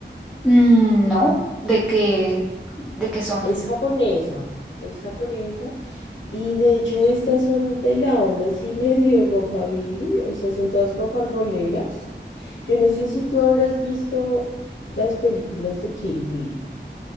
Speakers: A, in the centre; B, on the left.
A: mm, no, ¿de qué, de qué son?
B: Es japonesa, es japonesa. Y de hecho estas son de la onda así medio rockabilly, o sea, son todas rock and rolleras. Yo no sé si tú habrás visto las películas de Kill Bill.